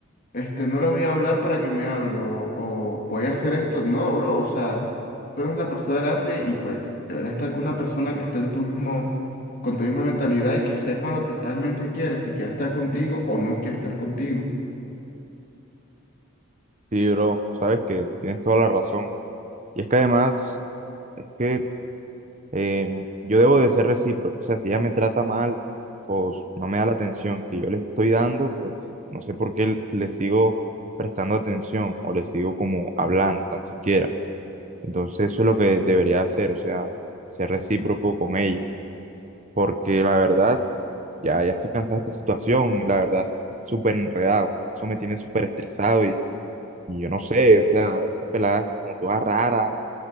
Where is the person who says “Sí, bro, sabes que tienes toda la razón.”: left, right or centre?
Right